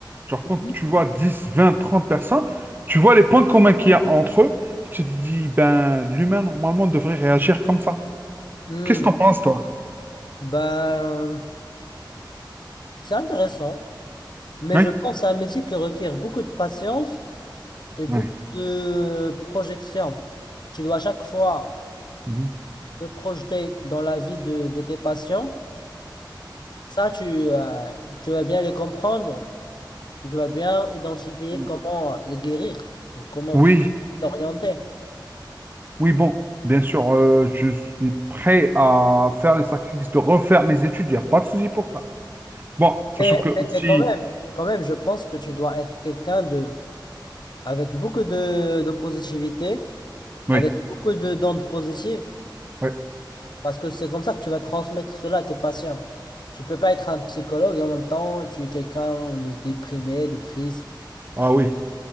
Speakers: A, on the right; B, on the left.
A: Genre,
B: Mhm.
A: quand tu vois 10, 20, 30 personnes, tu vois les points communs qu'il y a entre eux, et tu te dis, ben, l'humain, normalement, devrait réagir comme ça.
B: Mhm.
A: Qu'est-ce que t'en penses, toi?
B: Ben, c'est intéressant, mais
A: Oui?
B: je pense à un métier qui requiert beaucoup de patience et beaucoup
A: oui,
B: de projection. Tu dois à chaque fois
A: Mhm.
B: te projeter dans la vie de, de tes patients. Ça, tu, euh, tu vas bien les comprendre Tu vas bien identifier
A: Mhm.
B: comment les guérir ou comment
A: Oui,
B: t'orienter.
A: oui, bon, bien sûr, euh, je suis prêt à faire le sacrifice de refaire mes études, il n'y a pas de souci pour ça. Bon, sachant
B: Mais,
A: que
B: mais-
A: aussi,
B: mais quand même, quand même, je pense que tu dois être quelqu'un de, avec beaucoup de, de positivité,
A: oui,
B: avec beaucoup de d'ondes positives,
A: oui,
B: parce que c'est comme ça que tu vas transmettre cela à tes patients. Tu peux pas être un psychologue et en même temps, tu es quelqu'un de déprimé, de triste.
A: ah oui,